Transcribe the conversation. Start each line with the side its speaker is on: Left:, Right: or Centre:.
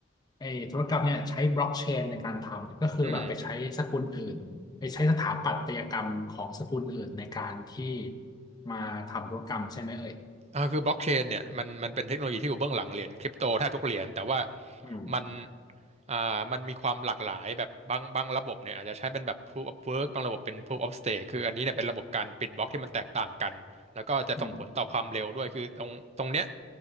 Left: ไอ้ธุรกรรมเนี่ยใช้บล็อกเชนในการทำเนี่ยก็คือแบบไปใช้สกุลอื่นไปใช้สถาปัตยกรรมของสกุลอื่นในการที่
Right: อืม
Left: มาทำธุรกรรมใช่ไหมเอ่ย
Right: อ่าคือบล็อกเชนเนี่ยมันมันเป็นเทคโนโลยีที่อยู่เบื้องหลังเหรียญคริปโตแทบทุกเหรียญแต่ว่า
Left: อืม
Right: มัน อ่ามันมีความหลากหลายแบบบางบางระบบเนี่ยอาจจะใช้เป็นแบบ proof of work บางระบบเป็น proof of stake คืออันนี้เนี่ยเป็นระบบการปิดบล็อกที่มันแตกต่างกันแล้วก็จะส่งผลต่อความเร็วด้วยคือตรงตรงเนี้ย
Left: อืม